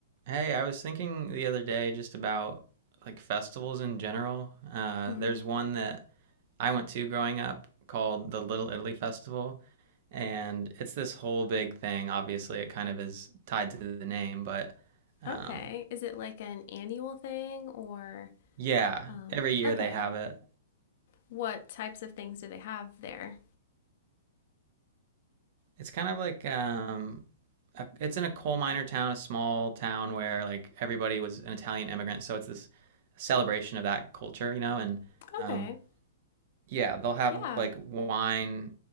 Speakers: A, on the right (about 45°); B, on the left (about 50°).
A: Hey, I was thinking the other day just about like festivals in general. Uh,
B: hmm
A: there's one that I went to growing up called the Little Italy Festival, and it's this whole big thing. Obviously, it kind of is tied to the name, but
B: Okay.
A: um,
B: Is it like an annual thing or
A: yeah,
B: um
A: every year
B: okay.
A: they have it.
B: What types of things do they have there?
A: It's kind of like um, a, it's in a coal miner town, a small town where like everybody was an Italian immigrant, so it's this celebration of that culture, you know, and um,
B: Okay.
A: yeah, they'll have
B: Yeah.
A: like wine,